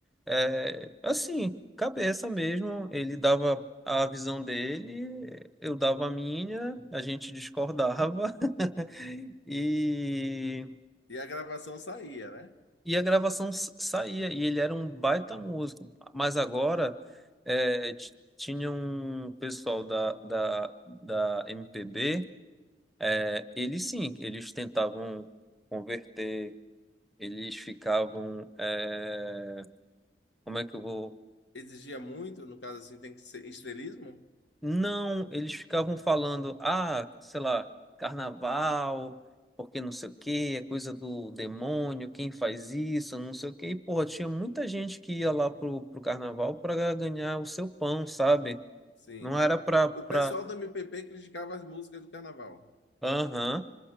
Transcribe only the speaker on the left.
E a gravação saía, né?
Exigia muito, no caso assim, tem que ser estrelismo?
Sim.
O
pessoal do MPP criticava as músicas do carnaval.